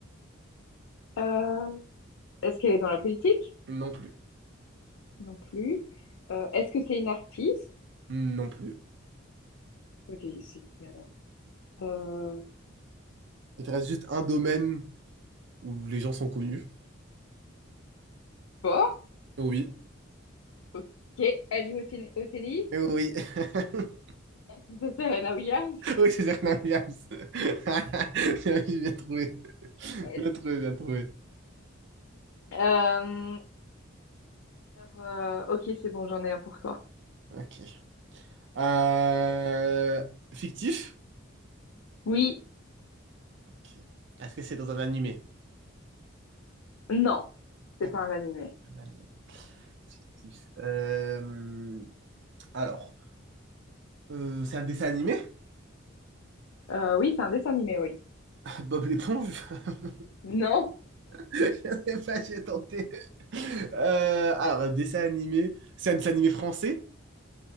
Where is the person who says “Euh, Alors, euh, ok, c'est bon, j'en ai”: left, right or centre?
Left